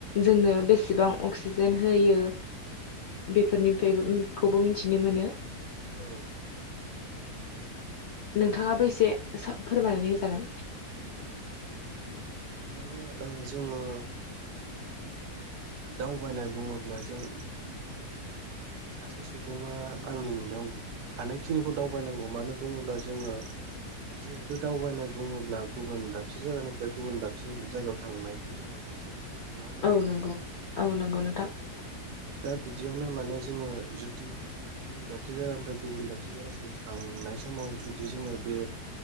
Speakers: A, on the left (about 70°); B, on the right (about 75°).
A: जोंनो बेसेबां अक्सिजेन होयो। बेफोरनिफ्राय खौबो मिथिनो मोनो।
B: औ
A: नोंथाङाबो एसे फोरमायनानै होजागोन।
B: माने ओ जोङो दावबायनाय बुङोब्ला जों सासे सुबुङा आंनि नुनायाव हानायखिनिखौ दावबायनांगौ मानो बुङोब्ला जोङो। जिहेथु दावबायनाय बुङोब्ला गुबुन दाबसे जायगानिफ्राय गुबुन दाबसे जायगायाव थांनायखौ जोङो बुजियो। नङा होमबा
A: औ
B: नोंथां
A: नंगौ औ नंगौ नोंथां।
B: दा बिदियावनो माने जोङो जुदि गुबुन दाबसे जायगानिफ्राय गुबुन दाबसे जायगासिम थांनाय नाय समाव जुदि जोङो बे